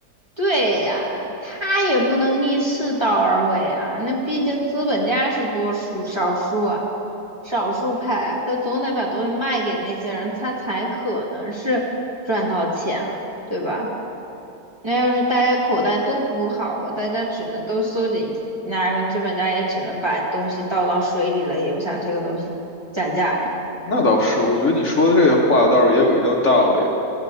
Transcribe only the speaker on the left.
那倒是，我觉得你说的这个话倒是也有一定道理。